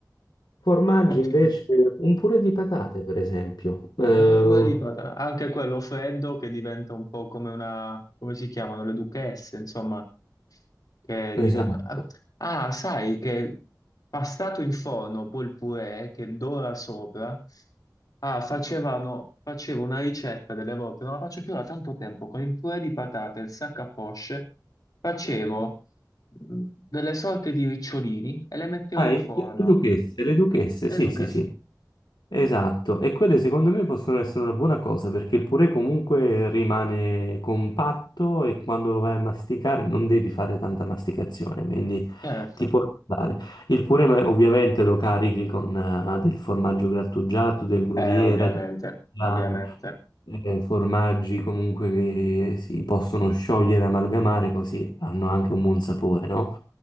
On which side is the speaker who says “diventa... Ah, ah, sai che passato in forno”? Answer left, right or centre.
Left